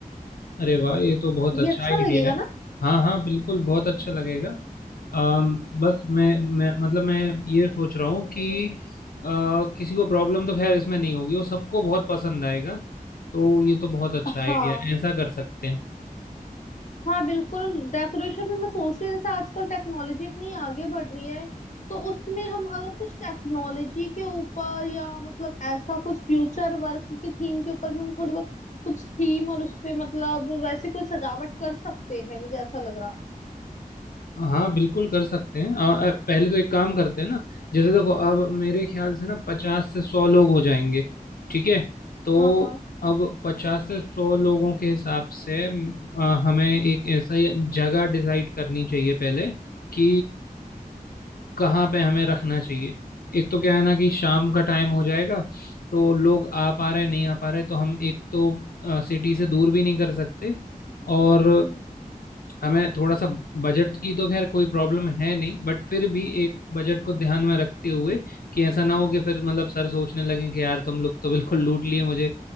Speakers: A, on the left (about 80°); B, on the left (about 50°).
A: अरे वाह ये तो बहुत अच्छा
B: ये अच्छा
A: आइडिया
B: लगेगा
A: है
B: ना
A: हाँ हाँ बिल्कुल बहुत अच्छा लगेगा अम, बस मैं मैं मतलब मैं ये सोच रहा हूँ कि अ, किसी को प्रॉब्लम तो खैर इसमें नहीं होगी वो सबको बहुत पसंद आएगा तो ये तो बहुत अच्छा आइडिया
B: हाँ
A: है ऐसा कर सकते हैं
B: हाँ बिल्कुल डेकोरेशन में मैं सोच रही हूँ जैसे आजकल टेक्नोलॉजी इतनी आगे बढ़ रही है तो उसमें हम अगर कुछ टेक्नोलॉजी के ऊपर या मतलब ऐसा कुछ फ्यूचर वर्क की थीम के ऊपर भी हम थोड़ी बहुत कुछ थीम और उस पे मतलब वैसे कोई सजावट कर सकते हैं मुझे ऐसा लग रहा
A: हाँ बिल्कुल कर सकते हैं आ, आ, पहले तो एक काम करते हैं ना जैसे देखो अब मेरे ख्याल से ना पचास से सौ लोग हो जाएंगे ठीक है तो
B: हाँ हाँ
A: अब पचास से सौ लोगों के हिसाब से म, आ, हमें एक ऐसा ही जगह डिसाइड करनी चाहिए पहले कि कहाँ पे हमें रखना चाहिए एक तो क्या है ना कि शाम का टाइम हो जाएगा तो लोग आ पा रहे नहीं आ पा रहे तो हम एक तो सिटी से दूर भी नहीं कर सकते और
B: हम्म।
A: हमें थोड़ा सा बजट की तो खैर कोई प्रॉब्लम है नहीं बट फिर भी एक बजट को ध्यान में रखते हुए कि ऐसा ना हो कि फिर मतलब सर सोचने लगे कि यार तुम लोग तो बिल्कुल लूट लिए मुझे